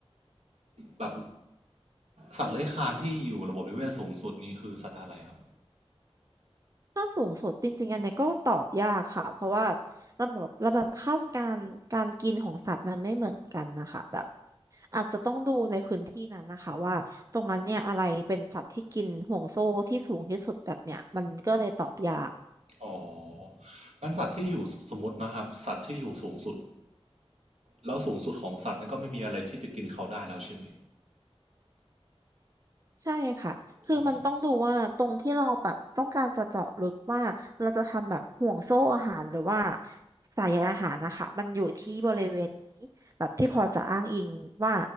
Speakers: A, on the right; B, on the right.
A: แบบสัตว์เลื้อยคลานที่อยู่ระบบนิเวศสูงสุดนี้คือสัตว์อะไรครับ
B: ถ้าสูงสุดจริงๆอันเนี้ยก็ตอบยากค่ะเพราะว่าระดับระดับขั้นการการกินของสัตว์มันไม่เหมือนกันนะคะแบบอาจจะต้องดูในพื้นที่นั้นนะคะว่าตรงนั้นเนี่ยอะไรเป็นสัตว์ที่กินห่วงโซ่ที่สูงที่สุดแบบเนี้ยมันก็เลยตอบยาก
A: อ๋องั้นสัตว์ที่อยู่สมมตินะครับสัตว์ที่อยู่สูงสุดแล้วสูงสุดของสัตว์นั้นก็ไม่มีอะไรที่จะกินเขาได้แล้วใช่ไหม
B: ใช่ค่ะคือมันต้องดูว่าตรงที่เราแบบต้องการจะเจาะลึกว่าเราจะทำแบบห่วงโซ่อาหารหรือว่า
A: อ๋อ
B: สายใยอาหารนะคะมันอยู่ที่บริเวณไหนแบบที่พอจะอ้างอิงว่า